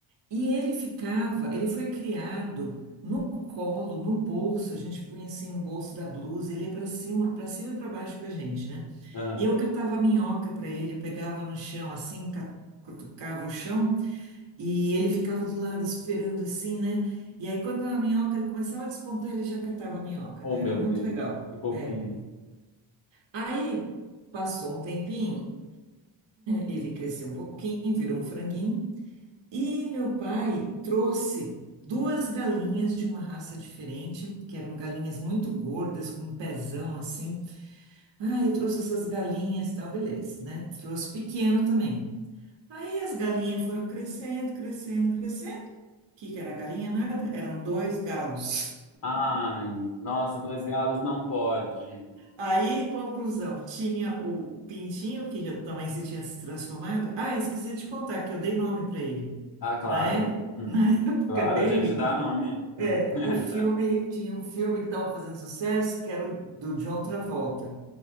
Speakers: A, on the right; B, on the left.
A: E ele ficava, ele foi criado no colo, no bolso, a gente punha assim no bolso da blusa, ele ia para cima, para cima e para baixo com a gente, né?
B: Aham.
A: E eu catava minhoca para ele, pegava no chão assim, ca- cutucava o chão e ele ficava do lado esperando assim, né? E aí quando a minhoca ele começava a despontar, ele já catava a minhoca,
B: Oh,
A: né?
B: meu
A: Era muito
B: Deus,
A: legal,
B: que fofinho.
A: né? Aí passou um tempinho, ele cresceu um pouquinho, virou um franguinho. E meu pai trouxe duas galinhas de uma raça diferente, que eram galinhas muito gordas, com um pezão assim. Ah, eu trouxe essas galinhas, tal, beleza, né? Trouxe pequeno também. Aí as galinhas foram crescendo, crescendo, crescendo. O que que era galinha? Nada, eram dois galos.
B: Ai, nossa, dois galos não pode.
A: Aí, conclusão, tinha o pintinho, que já também se tinha se transformado. Ah, esqueci de contar que eu dei nome para ele.
B: Ah, claro.
A: Na época,
B: Hum,
A: na <laughs> época
B: Claro,
A: dele.
B: a gente dá nome.
A: É,
B: Hum. <laughs>
A: o filme, tinha um filme que estava fazendo sucesso, que era o do John Travolta.